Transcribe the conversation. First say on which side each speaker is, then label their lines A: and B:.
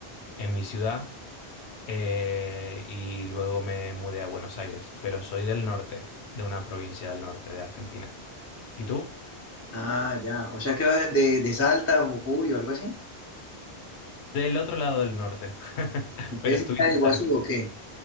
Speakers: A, on the left; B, on the left.
A: en mi ciudad. eh, y luego me mudé a Buenos Aires, pero soy del norte, de una provincia del norte de Argentina. ¿Y tú?
B: Ah, ya, o sea que va de, de Salta, Jujuy o algo así.
A: Del otro lado del norte, <laughs>
B: ¿Ustedes
A: pero estuviste
B: están de Iguazú
A: cerca.
B: o qué?